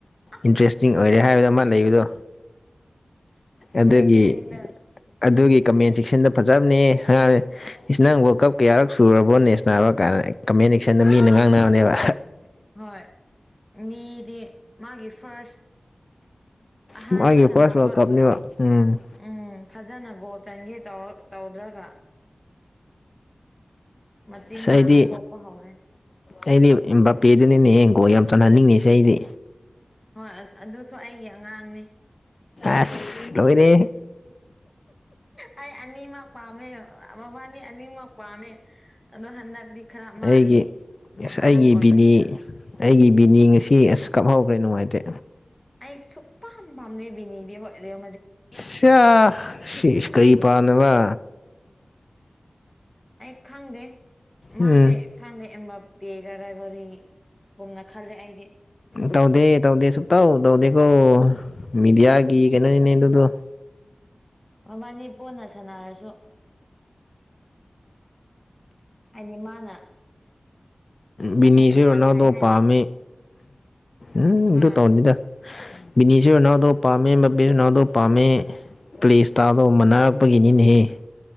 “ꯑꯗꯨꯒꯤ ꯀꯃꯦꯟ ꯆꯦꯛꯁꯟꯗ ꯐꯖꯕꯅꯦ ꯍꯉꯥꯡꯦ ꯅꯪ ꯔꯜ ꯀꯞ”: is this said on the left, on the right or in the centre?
Left